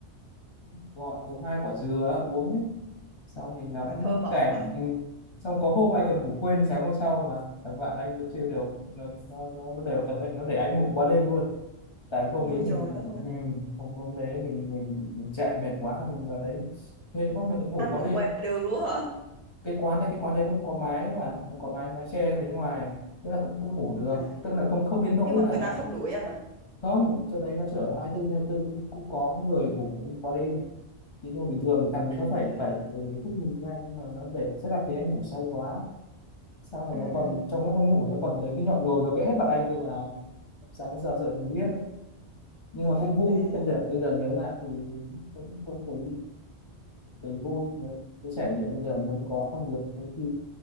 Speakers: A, on the left; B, on the right.
A: gọi một hai quả dừa uống ấy xong thì ngắm
B: Trời thơ mộng
A: cảnh
B: vậy.
A: ừ. xong có hôm anh còn ngủ quên sáng hôm sau mà thằng bạn anh nó chơi đều nó nó, nó, nó đều cẩn thận nó để anh ngủ qua đêm luôn tại vì hôm
B: Ôi
A: ấy mình
B: trời đất ơi.
A: ừ, hôm hôm đấy mình mình mình chạy mệt quá mình vào đấy thế quá mình cũng ngủ
B: Anh
A: qua
B: ngủ
A: đêm
B: ngoài đường luôn hả?
A: cái quán đấy cái quán đấy nó cũng có mái mà nó có mái mái che ra phía ngoài nên là cũng cũng ngủ được
B: À,
A: tức là không không đến nỗi
B: nhưng mà
A: là
B: người ta không đuổi anh à?
A: không chỗ đấy nó chở hai mươi tư trên hai mươi tư cũng cũng có người ngủ qua đêm những đồ bình thường thằng ấy nó phải
B: À,
A: phải ừ, ý thức mình ra nhưng mà nó để sẽ là thấy anh ngủ say quá sau này
B: ừm,
A: nó còn trong lúc anh ngủ nó còn lấy cái nhọn đồi nó vẽ hết mặt anh cơ mà sáng giờ dậy mình biết nhưng mà cũng vui
B: à,
A: bây giờ bây giờ nhớ lại thì cũng cũng thấy thấy vui Đấy, chia sẻ nhiều bây giờ muốn có không được đôi khi